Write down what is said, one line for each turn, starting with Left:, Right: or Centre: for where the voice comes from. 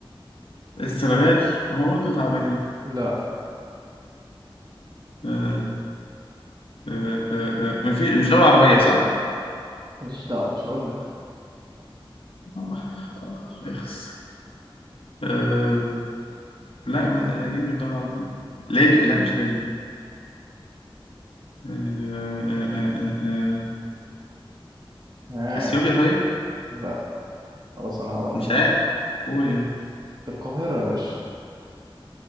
Left: السنغال ما هو برضه تعبانين
Right: لا
Left: آه، آه، آه، آه، مفي- مش دولة عربية صح؟
Right: ماليش دعوة مش هقول لك
Left: آخ، آخ، إخس. آه، لا ما تأكيد مش دولة عربية ليبي لا مش ليبي آه، آه، آه، آه، آه. آه.
Right: ها
Left: أثيوبيا طيب
Right: لا خلاص انا هقول
Left: مش
Right: لك
Left: عارف قول يعني
Right: القاهرة يا باشا